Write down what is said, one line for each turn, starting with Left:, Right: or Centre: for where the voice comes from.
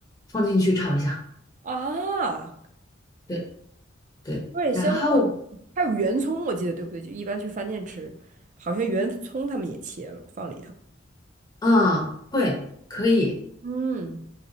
Left: 放进去炒一下，
Right: 啊，
Left: 对对，
Right: 对，香锅儿还有圆葱，
Left: 然后
Right: 我记得对不对？就一般去饭店吃，好像圆葱他们也切了，放里头。
Left: 啊，会可以，
Right: 嗯